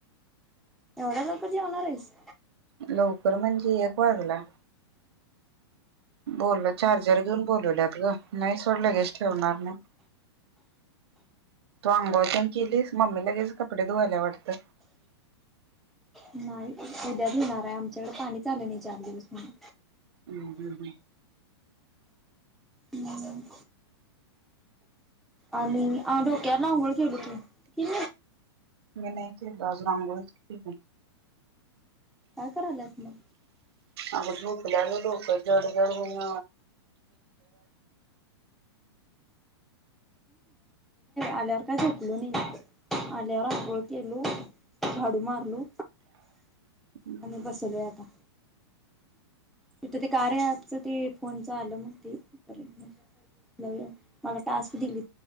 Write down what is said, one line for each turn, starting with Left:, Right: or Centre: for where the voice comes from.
Centre: एवढ्या लोक जेवणार आहेस.
Right: लवकर म्हणजे एक वर्गला. बोल चार्जर घेऊन बोलवल्यात ग नाही सोड लगेच ठेवणार नाही. तो अंंगवनी केलीस म्मी लगेच कपडे धुवायला वाटतं.
Centre: नाही उद्यात येेणार आहे आमच्याकडे पाणी चालं नाही चार दिवस म्हण.
Right: हम् हम् हम्.
Centre: हम्. आणि डोक्यावर ना अंघोळ केेल तू कि.
Right: मी नाही केलो अजून अंगोळ केली
Centre: काय करायलायस म.
Right: अग झोकल्यालं लोक जड जडून.
Centre: आल्याववर का चकलु न आल्यावर आळेु - झाडू मारलो
Right: हम्म
Centre: आणि बसल आता तिथं ते कार आहे आपच ते फोनच आलं मग तेपर्यंत मला टास्क दिली.